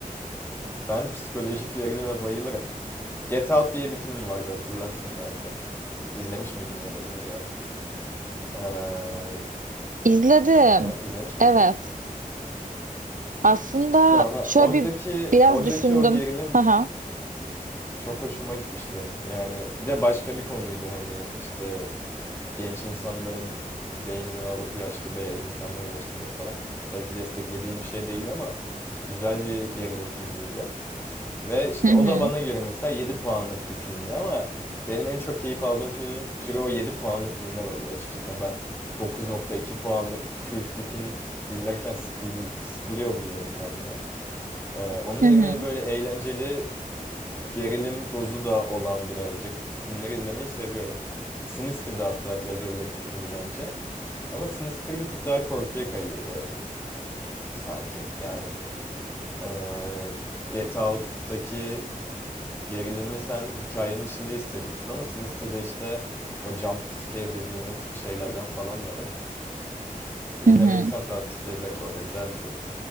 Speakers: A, on the left; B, on the right.
A: Ben psikolojik gerilime bayılırım. Get Out diye bir film vardı hatırlarsın belki. İzlemiş miydin ya da bilmiyorum. Ee,
B: İzledim.
A: ha, izlemiş miydin?
B: Evet. Aslında
A: <laughs> Tamam ha,
B: şöyle
A: oradaki
B: bir biraz
A: oradaki
B: düşündüm.
A: o gerilim
B: Haha.
A: çok hoşuma gitmişti benim. Yani bir de başka bir konuydu hani işte genç insanların beynini alıp yaşlı beyaz insanları eleştirmek falan. Tabii ki desteklediğim bir şey değil ama güzel bir gerilim filmiydi. Ve işte
B: Hı hı.
A: o da bana göre mesela 7 puanlık bir filmdi ama benim en çok keyif aldığım film türü o 7 puanlık filmler oluyor açıkçası. Yani ben dokuz nokta iki puanlık kült bir film izlerken sıkıl- sıkılıyor buluyorum kendimi. Ee, onun
B: Hı
A: yerine
B: hı.
A: hani böyle eğlenceli Gerilim dozu da olan birazcık filmleri izlemeyi seviyorum. Sinister da hatta biraz öyle bir filmdi bence. Ama Sinister bir tık daha korkuya kayıyordu sanki. Yani eee, Get Out'taki gerilimi sen hikayenin içinde hissediyorsun ama Sinister'da işte o jump scare dediğimiz şeylerden falan da var. İzlemediysen
B: Hı hı.
A: tavsiye ederim bu arada güzel bir film.